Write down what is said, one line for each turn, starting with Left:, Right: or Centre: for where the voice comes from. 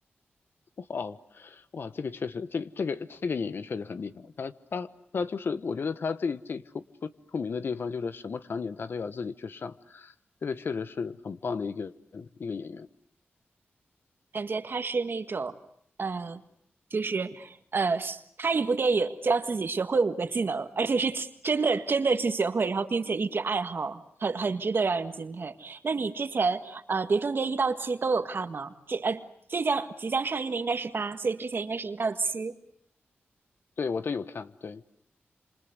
Left: 哇哦，哇，这个确实，这个这个这个演员确实很厉害。他他他就是，我觉得他最最出出出名的地方就是什么场景他都要自己去上，这个确实是很棒的一个一个演员。
Right: 感觉他是那种，呃，就是呃，拍一部电影就要自己学会五个技能，而且是去真的真的去学会，然后并且一直爱好，很很值得让人敬佩。那你之前呃，《碟中谍》一到七都有看吗？这呃，即将即将上映的应该是八，所以之前应该是一到七。
Left: 对，我都有看，对。